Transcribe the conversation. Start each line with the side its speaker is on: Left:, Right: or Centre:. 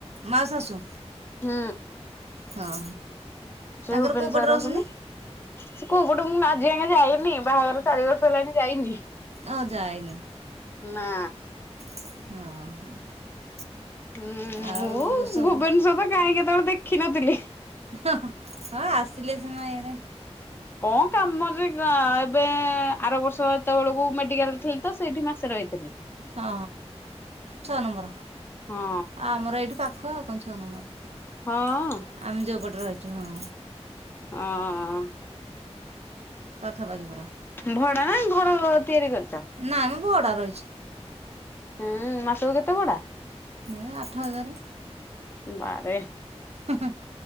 Right: ମା ଶାଶୁ।
Left: ହୁଁ।
Right: ହଁ।
Left: ସେ
Right: ତାଙ୍କର
Left: ଭୁବେନସ୍ୱର
Right: କେଉଁ ପଟେ ରହୁଛନ୍ତି
Left: ରଛନ୍ତିନ ସେ କୋଉ ପଟୁ ମୁଁ ଆଜି ଆ ଯାଇବି ନି ବାହାଘର ଚାରି ବର୍ଷ ହେଲାଣି ଯାଇନି।
Right: ଓ ଯାଇନି?
Left: ନା।
Right: ହଁ।
Left: ହୁଁ
Right: ଆଉ
Left: ମୁଁ
Right: ସବୁ
Left: ଭୁବନେଶ୍ୱର ତ କାହିଁ କେତେବେଳେ ଦେଖିନଥିଲି।
Right: ହଁ ଆସିଲେ ସିନା ଏଣେ
Left: କଣ କାମ ଯେ ଏବେ ଆର ବର୍ଷ ଯେତେବେଳକୁ ମେଡିକାଲ ଥିଲି ତ ସେଇଠି ମାସେ ରହିଥିଲି।
Right: ହଁ ଛଅ ନମ୍ବର
Left: ହଁ
Right: ଆ ଆମର ଏଇଠି ପାଖ ଆଉ କଣ ଛଅ ନମ୍ବର
Left: ହଁ।
Right: ଆମେ ଯୋଉପଟ ରହୁଛୁ ହଁ।
Left: ହଁ।
Right: ପାଖା ପାାଖି ପୁରା।
Left: ଭଡା ନା ଘର ତିଆରି କରି
Right: ନାଇଁ ମୁଁ ଭଡା ରହିଛି।
Left: ହୁଁ ମାସକୁ କେତେ ଭଡା?
Right: ଏଁ ଆଠ ହଜାର।
Left: ବାରେ
Right: ହୁଁ ହୁଁ